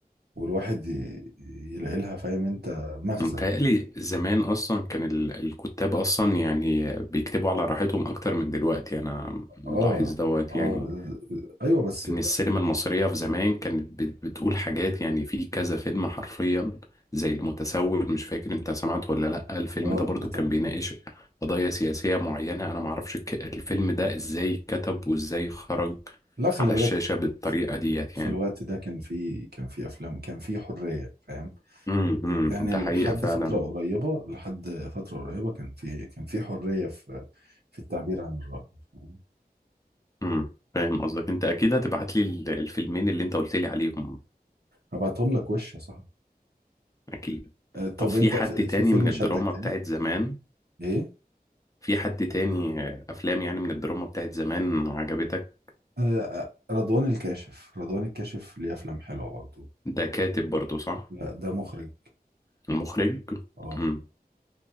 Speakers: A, on the right; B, on the left.
A: والواحد ي... يلاقي لها فاهم انت مغزى
B: متهيألي زمان أصلا كان ال- الكتاب أصلا يعني بيكتبوا على راحتهم أكتر من دلوقتي أنا ملاحظ
A: اه
B: دوت
A: اه
B: يعني
A: ايوه بس
B: ان السينما المصرية في زمان كانت بت- بتقول حاجات يعني في كذا فيلم حرفيا زي المتسول مش فاكر انت سمعت ولا لا الفيلم
A: اه
B: ده برضو
A: بتاع
B: كان بيناقش قضايا سياسية معينة انا معرفش الك- الفيلم ده ازاي اتكتب وازاي خرج
A: لا خلي
B: على
A: بالك
B: الشاشة بالطريقة ديت
A: في
B: يعني
A: الوقت ده كان في كان في افلام كان في حرية فاهم
B: امم إمم،
A: يعني
B: ده
A: لحد
B: حقيقة فعلا
A: فترة قريبة لحد فترة قريبة كان في كان في حرية في في التعبير عن الرأي فاهم؟
B: امم فاهم قصدك انت اكيد هتبعت لي ال- الفيلمين اللي انت قلت لي عليهم
A: هبعتهم لك وش يا صاحبي
B: اكيد
A: آه، طب
B: طب في
A: انت
B: حد
A: في
B: تاني
A: في فيلم
B: من الدراما
A: شدك
B: بتاعت
A: تاني
B: زمان
A: ايه
B: في حد تاني افلام يعني من الدراما بتاعت زمان عجبتك
A: آه، آه، رضوان الكاشف رضوان الكاشف ليه افلام حلوة برضو
B: ده كاتب برضو صح
A: لا ده مخرج
B: ومخرج
A: اه
B: مم.